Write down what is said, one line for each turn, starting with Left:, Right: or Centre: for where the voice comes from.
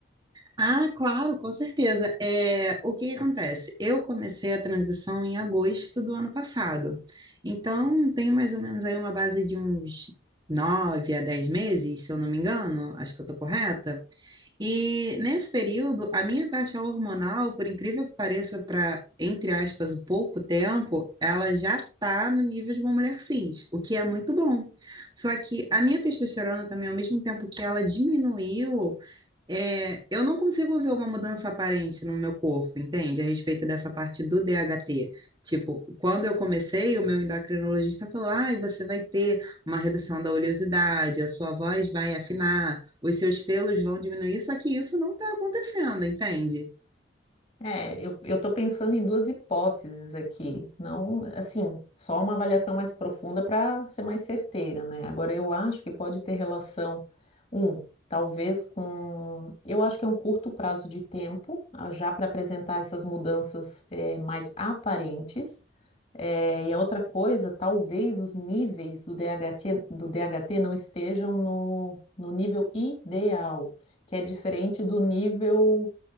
Right: Ah, claro, com certeza. É, o que que acontece? Eu comecei a transição em agosto do ano passado. Então, tem mais ou menos aí uma base de uns nove a dez meses, se eu não me engano. Acho que eu estou correta. E nesse período, a minha taxa hormonal, por incrível que pareça, para, entre aspas, o pouco tempo, ela já está no nível de uma mulher cis, o que é muito bom. Só que a minha testosterona também, ao mesmo tempo que ela diminuiu, é, eu não consigo ver uma mudança aparente no meu corpo, entende? A respeito dessa parte do DHT. Tipo, quando eu comecei, o meu endocrinologista falou: ai, você vai ter uma redução da oleosidade, a sua voz vai afinar, os seus pelos vão diminuir, só que isso não está acontecendo, entende?
Left: É, eu, eu tô pensando em duas hipóteses aqui, não, assim, só uma avaliação mais profunda para ser mais certeira, né? Agora, eu acho que pode ter relação, um, talvez com, eu acho que é um curto prazo de tempo, ah, já para apresentar essas mudanças, eh, mais aparentes, É, e a outra coisa, talvez os níveis do DHT, do DHT não estejam no, no nível ideal, que é diferente do nível